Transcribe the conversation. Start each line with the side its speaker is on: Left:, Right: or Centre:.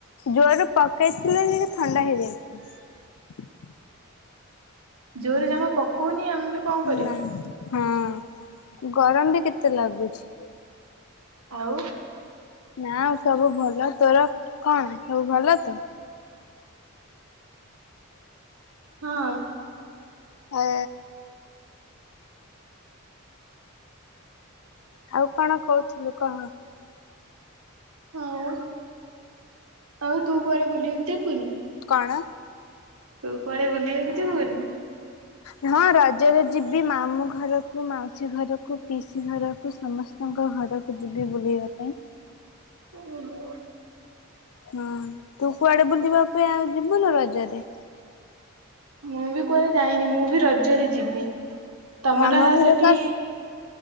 Left: ଜୋରରେ ପକେଇ <unintelligible> ଥଣ୍ଡା ହେଇଯାଇଥିଲା।
Right: ଜୋରରେ
Left: ହୁଁ
Right: ଜମା ପକଉନି ଆମେ କଣ
Left: ହୁଁ
Right: କରିବୁ
Left: ନା ହଁ ଉଁ ଗରମ ବି କେତେ ଲାଗୁଛି।
Right: ଆଉ
Left: ନା ଆଉ ସବୁ ଭଲ ତୋର କଣ ସବୁ ଭଲ ତ?
Right: ହଁ।
Left: ଆ, ଆଉ କଣ କହୁଥିଲୁ କହ?
Right: ଆଉ ଆଉ ତୁ କୁଆଡେ ବୁଲିବାକୁ ଯିବୁନୁ?
Left: କଣ?
Right: ତୁ କୁଆଡେ ବୁଲିବାକୁ ଯିବୁନି?
Left: ନା ରଜରେ ଯିବି ମାମୁଁ ଘରକୁ, ମାଉସୀ ଘରକୁ, ପିଇସି ଘରକୁ ସମସ୍ତଙ୍କ ଘରକୁ ଯିବି ବୁଲିବା ପାଇଁ।
Right: ହୁ ହୁଁ
Left: ହଁ ତୁ କୁଆଡେ ବୁଲିବା ପାଇଁ ଆଉ ଯିବୁନୁ ରଜରେ?
Right: ମୁଁ ବି କୁଆଡେ ଯାଇନି ମୁଁ ବି ରଜରେ ଯିବି। ତମର
Left: ଆମ ଘରେ
Right: ସେଠି
Left: ତସ୍